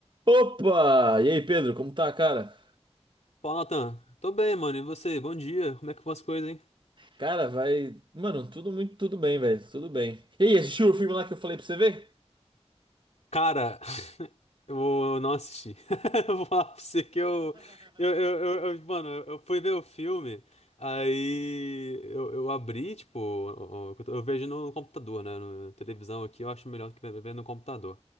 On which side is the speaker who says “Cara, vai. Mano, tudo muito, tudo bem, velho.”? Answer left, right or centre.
Right